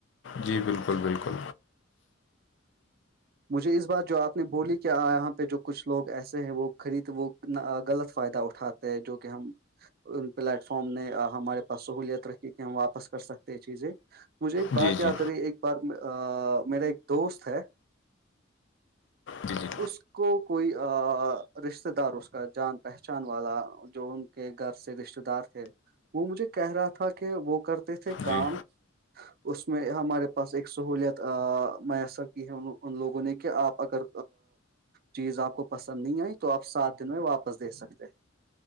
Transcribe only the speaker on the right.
مجھے اس بات جو آپ نے بولی کہ یہاں پہ جو کچھ لوگ ایسے ہیں وہ خرید وہ غلط فائدہ اٹھاتا جو کہ ہم ان پلیٹ فارم نے ہمارے پاس سہوولت رکھی کہ ہم واپس کر سکتے یہ چیزیں مجھے ایک بات
یاد
رہی ایک بار میرا ایک دوست ہے
اس کو کوئی رشتتے دار اس کا جان پہچان والا جو ان کے گھر سے رشتے دار تھے وہ مجھے کہہ رہا تھا کہ وہ کرتے تھے
کام اس میں ہمارے پاس ایک سہولیت میسر کی ہم لوگ ان لوگوں نے کہ آپ اگر چیز آپ کو پسند نہیں آئی تو آپ سات دن میں واپس دے سکتے ہیں